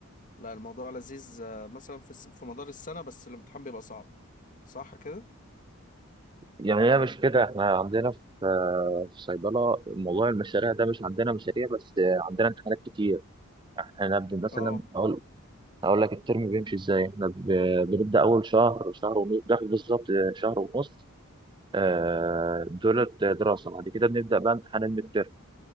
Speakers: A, on the left (about 35°); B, on the right (about 20°).
A: لا الموضوع لذيذ آه، مثلا في الس- في مدار السنة بس الامتحان بيبقى صعب صح كده؟
B: يعني هي مش كده احنا عندنا في آه، في صيدله موضوع المشاريع ده مش عندنا مشاريع بس آه، عندنا امتحانات كتير احنا نبدا مثلا
A: اه
B: اقول هقول لك الترم بيمشي ازاي احنا ب- بنبدا اول شهر شهر ونص بناخد بالظبط آه، شهر ونص آه، دولت دراسه بعد كده بنبدا بقى امتحان الميد